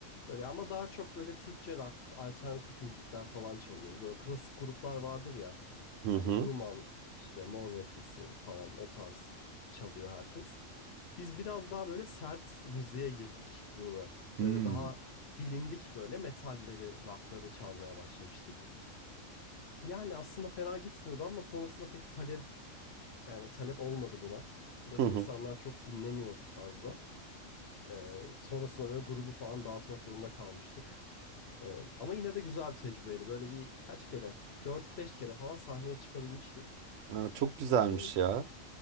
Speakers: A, on the left (about 55°); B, on the right (about 70°).
A: Böyle ama daha çok böyle Türkçe rock, alternatif müzikler falan çalınıyor. Böyle klasik gruplar vardır ya.
B: Hı
A: Hani
B: hı.
A: Duman, işte Mor ve Ötesi falan o tarz çalıyor herkes. Biz biraz daha böyle sert müziğe girdik burada.
B: Hmm.
A: Böyle daha bilindik böyle metalleri, rockları çalmaya başlamıştık. Yani aslında fena gitmiyordu ama sonrasında pek talep yani talep olmadı buna. Buradaki
B: Hı hı.
A: insanlar çok dinlemiyor bu tarzda. Ee, sonrasında böyle grubu falan dağıtmak zorunda kalmıştık. Ee, ama yine de güzel bir tecrübeydi. Böyle bir kaç kere, dört beş kere falan sahneye çıkabilmiştik.
B: Ha, çok güzelmiş
A: Ee,
B: ya.